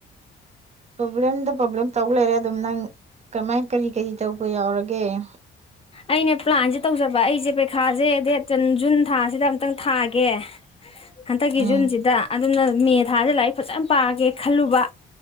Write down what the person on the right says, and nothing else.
ꯄ꯭ꯔꯣꯕ꯭ꯂꯦꯝꯗ ꯄ꯭ꯔꯣꯕ꯭ꯂꯦꯝ ꯇꯧ ꯂꯩꯔꯦ ꯑꯗꯨꯝ ꯅꯪ ꯀꯃꯥꯏ ꯀꯔꯤ ꯀꯔꯤ ꯇꯧꯕ ꯌꯥꯎꯔ ꯒꯦꯝ
ꯎꯝ